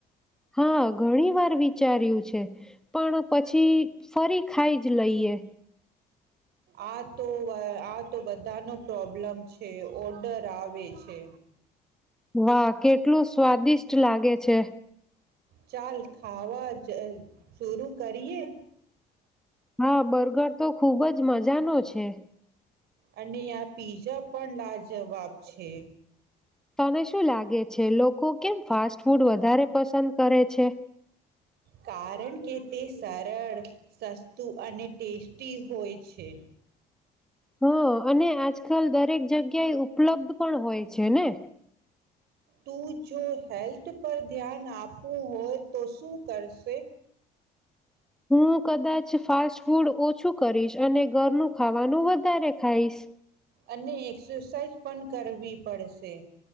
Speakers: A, in the centre; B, on the right.
A: હા ઘણી વાર વિચાર્યું છે પણ પછી ફરી ખાઈ જ લઈએ.
B: આ તો આ તો બધાનો પ્રોબ્લેમ છે ઓર્ડર આવે છે.
A: વાહ કેટલું સ્વાદિષ્ટ લાગે છે.
B: ચાલ ખાવા જ શરુ કરીએ.
A: હા બર્ગર તો ખુબ જ મજાનો છે.
B: અને આ પીઝા પણ લાજવાબ છે.
A: તને શું લાગે છે લોકો કેમ ફાસ્ટ ફૂડ વધારે પસંદ કરે છે.
B: કારણ કે તે સરળ, સસ્તું અને ટેસ્ટી હોય છે.
A: હ અને આજકાલ દરેક જગ્યા એ ઉપલબ્ધ પણ હોય છે ને.
B: તું જો હેલ્થ પર ધ્યાન આપવું હોય તો શું કરશે?
A: હું કદાચ ફાસ્ટ ફૂડ ઓછું કરીશ અને ઘરનું ખાવાનું વધારે ખાઈશ.
B: અને એક્સરસાઇઝ પણન કરવી પડશે.